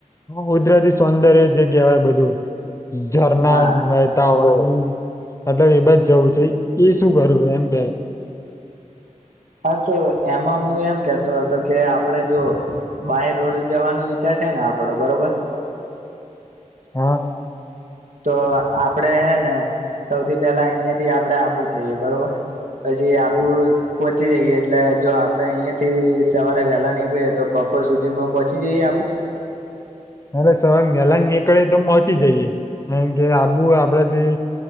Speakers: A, on the left; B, on the right.
A: કુદરતી સૌંદર્ય જે કહેવાય બધું. ઝરના
B: હા
A: મેહતા હો હમ મતલબ એ બજ જવું છે. એ શું કરવું એમ પેલા
B: હા તો એમાં હું એમ કતો હતો કે આપડે જો બાય રોડ જવાનો વિચાર છે ને આપડો બરોબર.
A: હા.
B: તો આપડે હે ને સૌથી પેલા અહિયાંયાથી આપડે આુ જઈએ બરોબર પછી આબુ પહોચી જઈએ એટલે જો આપડે અહિયાં થી સવારે વેલા નીકળીએ તો બપોર સુધીમાં પહચી જઈએ આબુ.
A: એ સવાર પેલા નીકળે તો પહોંચી જઈએે કારણ કે આબુ આપડથી